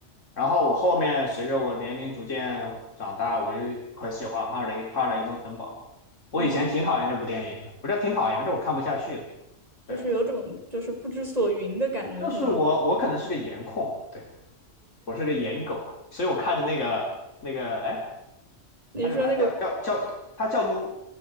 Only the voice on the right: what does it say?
嗯，
就是有种就是不知所云的感觉，
是吗？
你说那个